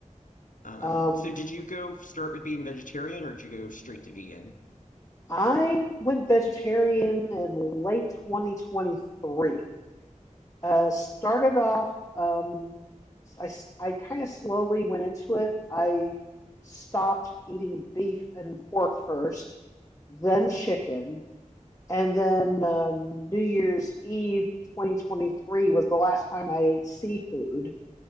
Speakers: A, on the left; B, on the left.
A: Um,
B: Um,
A: so did you go start with being vegetarian or did you go straight to vegan?
B: I went vegetarian in late 2023. Uh, started off, um, I, I kind of slowly went into it. I stopped eating beef and pork first, then chicken, and then uh, New Year's Eve 2023 was the last time I ate seafood.